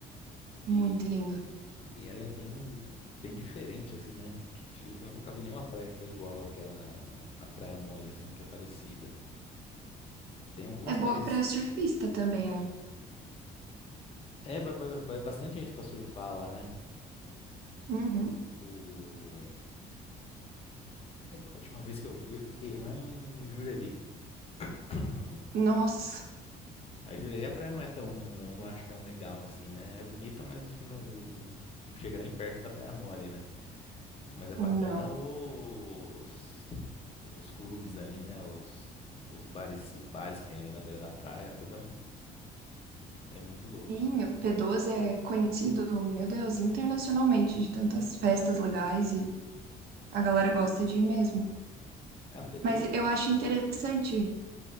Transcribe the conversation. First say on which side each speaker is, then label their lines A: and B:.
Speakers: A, on the left; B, on the right.
A: E
B: Muito lindo.
A: E ela é bem, bem diferente, assim, né? Ti- ti- Eu nunca vi nenhuma praia que é igual àquela, a Praia Mole, assim, que é parecida. Tem algumas
B: É boa
A: parecidas.
B: pra surfista também, né?
A: É, vai, vai- vai bastante gente pra surfar lá, né?
B: Uhum.
A: O... é, A última vez que eu fui, eu fiquei lá em Jurerê. <clears throat>
B: Nossa,
A: A Jurerê, a praia não é tão, não acho tão legal assim, né? É bonita, mas acho que não, não chega nem perto da Praia Mole, né? Mas é bacana
B: não.
A: os, os clubes ali, né? Os, os bares, os bares que tem ali na beira da praia, tudo é, um- é muito louco.
B: Sim, o P12 é conhecido, meu Deus, internacionalmente de tantas festas legais e a galera gosta de ir mesmo.
A: É A P12,
B: Mas eu acho interessante